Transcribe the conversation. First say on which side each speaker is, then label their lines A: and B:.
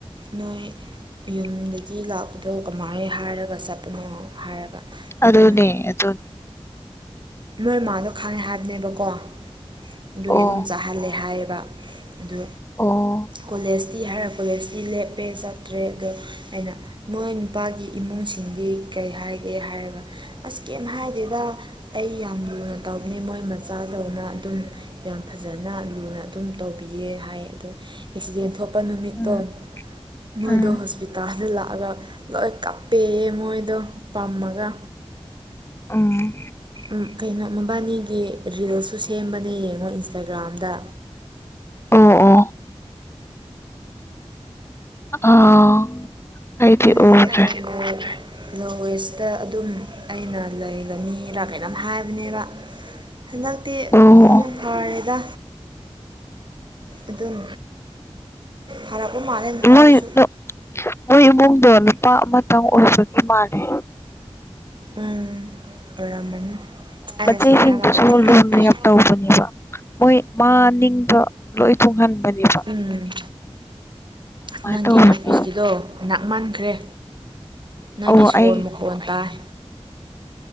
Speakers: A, on the right; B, on the left.
A: ꯅꯣꯏ ꯌꯨꯝꯗꯒꯤ ꯂꯥꯛꯄꯗꯣ ꯀꯃꯥꯏꯅ ꯍꯥꯏꯔꯒ ꯆꯠꯄꯅꯣ ꯍꯥꯏꯔꯒ
B: ꯑꯗꯨꯅꯦ
A: ꯑꯗꯨꯝ
B: ꯑꯗꯨ
A: ꯅꯣꯏ ꯃꯥꯥꯗꯣ ꯈꯪꯉꯦ ꯍꯥꯏꯕꯅꯦꯕꯀꯣ ꯑꯗꯨꯒꯤ
B: ꯑꯣ
A: ꯑꯗꯨꯝ ꯆꯥꯍꯜꯂꯦ ꯍꯥꯏꯌꯦꯕ ꯑꯗꯨ
B: ꯑꯣ
A: ꯀꯣꯂꯦꯖꯇꯤ ꯍꯥꯏꯔ ꯀꯣꯂꯦꯖꯇꯤ ꯂꯦꯞꯄꯦ ꯆꯠꯇ꯭ꯔꯦ ꯑꯗꯣ ꯑꯩꯅ ꯃꯣꯏ ꯅꯨꯄꯥꯒꯤ ꯏꯃꯨꯡꯁꯤꯡꯗꯤ ꯀꯩ ꯍꯥꯏꯒꯦ ꯍꯥꯏꯔꯒ ꯑꯁ ꯀꯩꯝ ꯍꯥꯏꯗꯦꯗ ꯑꯩ ꯌꯥꯝ ꯂꯨꯅ ꯇꯧꯕꯅꯦ ꯃꯣꯏ ꯃꯆꯥꯗꯧꯅ ꯑꯗꯨꯝ ꯌꯥꯝ ꯐꯖꯅ ꯂꯨꯅ ꯑꯗꯨꯝ ꯇꯧꯕꯤꯌꯦ ꯍꯥꯏ ꯑꯗꯣ ꯑꯦꯛꯁꯤꯗꯦꯟ ꯊꯣꯛ ꯄ ꯅꯨꯃꯤꯠꯇꯣ
B: ꯎꯝ
A: ꯃꯣꯏꯗꯣ
B: ꯎꯝ
A: ꯍꯣꯁꯄꯤ ꯇꯥꯜꯗ ꯂꯥꯛꯑꯒ ꯂꯣꯏ ꯀꯞꯄꯦꯌꯦ ꯃꯣꯏꯗꯣ ꯄꯝꯃꯒ
B: ꯎꯝ
A: ꯎꯝ ꯀꯩꯅꯣ ꯃꯕꯥꯅꯤꯒꯤ ꯔꯤꯜꯁꯁꯨ ꯁꯦꯝꯕꯅꯦ ꯌꯦꯡꯉꯣ ꯏꯟꯁꯇꯥꯒ꯭ꯔꯥꯝꯗ
B: ꯑꯣ ꯑꯣ ꯑꯥ ꯑꯩꯗꯤ
A: <unintelligible>
B: ꯎꯗ꯭ꯔꯦ
A: ꯂꯣ ꯋꯦꯁꯇ ꯑꯗꯨꯝ ꯑꯩꯅ ꯂꯩꯒꯅꯤꯔꯥ ꯀꯩꯅꯣꯝ ꯍꯥꯏꯕꯅꯦꯕ ꯍꯟꯗꯛꯇꯤ
B: ꯑꯣ
A: ꯑꯃꯨꯛ ꯐꯥꯎꯔꯦꯗ ꯑꯗꯨꯝ ꯐꯔꯛꯄ ꯃꯥꯜꯂꯦ ꯅꯨꯄꯥꯗꯨꯁꯨ
B: ꯃꯣꯏ <unintelligible> <unintelligible> ꯏꯃꯨꯡꯗꯣ ꯅꯨꯄꯥ ꯑꯃꯇꯪ ꯑꯣꯏꯕꯒꯤ ꯃꯥꯂꯦ
A: ꯎꯝ ꯑꯣꯏꯔꯝꯃꯅꯤ ꯑꯩꯅ
B: ꯃ ꯆꯦꯁꯤꯁꯨ
A: ꯁꯨꯃꯥꯏ ꯍꯥꯏꯕ
B: ꯆꯣꯜꯣ
A: ꯑꯁ
B: ꯇꯧꯕꯅꯦꯕ ꯃꯣꯏ ꯃꯥ ꯅꯤꯡꯗ ꯂꯣꯏ ꯇꯨꯡꯍꯟꯕꯅꯦꯕ
A: ꯎꯝ ꯑꯁ ꯅꯪꯒꯤ
B: ꯇꯧꯕꯅꯦ
A: ꯏꯌꯥꯔꯄꯤꯤꯁꯀꯤꯗꯣ ꯅꯛꯃꯟꯈ꯭ꯔꯦ ꯅꯪꯒꯤ
B: ꯑꯣ
A: ꯁꯣꯔ
B: ꯑꯩ
A: ꯃꯨꯛ ꯐꯣꯟ ꯇꯥꯏ